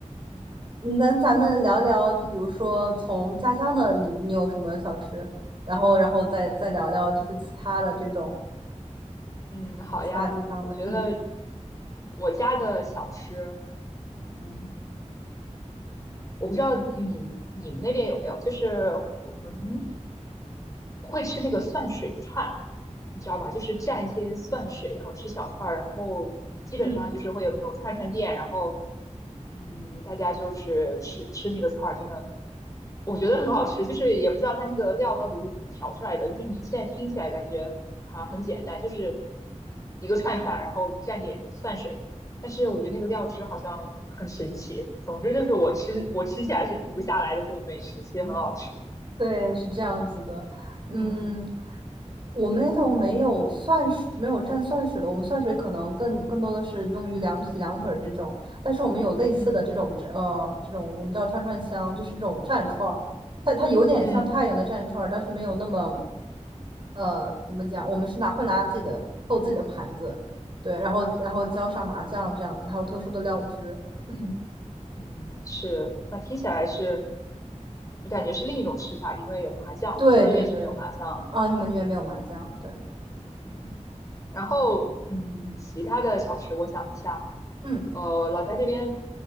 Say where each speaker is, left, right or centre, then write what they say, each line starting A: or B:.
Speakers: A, on the left; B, on the right.
A: 嗯
B: 你跟咱们聊聊，就比如说从家乡的你，你有什么小吃，然后然后再再聊聊就是其他的这种
A: 嗯，好呀，
B: 其他地方的，
A: 我觉得
B: 嗯。
A: 我家的小吃，嗯。我不知道你你们那边有没有，就是我们会吃那个蒜水串，你知道吗？就是蘸一些蒜水，然后吃小串儿，然后基本上就是会有那种串串店，
B: 嗯。
A: 然后嗯，大家就是吃吃那个串儿，真的我觉得很好吃，就是也不知道它那个料到底是怎么调出来的。就是你现在听起来感觉好像很简单，就是一个串串，然后蘸点蒜水。但是我觉得那个料汁好像很神奇。总之就是我吃我吃起来是停不下来的这种美食，其实很好吃。
B: 对，是这样子的。嗯，
A: 嗯
B: 我们那头没有蒜水，没有蘸蒜水的。我们蒜水可能更更多的是用于凉皮、凉粉儿这种，但是我们有类似的这种呃这种我们叫串串香，
A: 嗯，
B: 就是这种蘸串儿，它它有点像太原的蘸串儿，
A: 嗯
B: 但是没有那么呃怎么讲，我们是拿会拿自己的做自己的盘子，对，然后然后浇上麻酱这样子，还有特殊的料汁。<coughs> <clears throat>
A: 嗯，是。那听起来是，你感觉是另一种吃法，因为有麻酱，
B: 对对对，
A: 我们这边是没有麻酱。
B: 啊，你们那边没有麻酱，对，
A: 嗯。然后，嗯，其他的小吃我想一下，
B: 嗯
A: 呃，老家这边